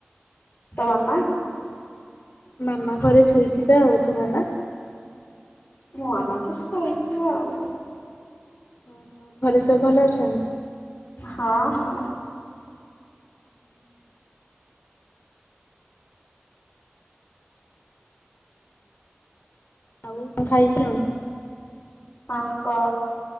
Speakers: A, on the left (about 50°); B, on the left (about 85°).
A: ତୋ ମାମା?
B: ମାମା ଘରେ ଶୋଇଥିବେ ଆଉ ତୋ ମାମା?
A: ମୋ ମାମା ବି ସୋଇଥିବ ଆଉ।
B: ହଁ ହଁ ଘରେ ସବୁ ଭଲ ଅଛନ୍ତି?
A: ହଁ ହଁ।
B: ଆଉ କଣ ଖାଇସାରିଲୁଣି?
A: ହଁ କହ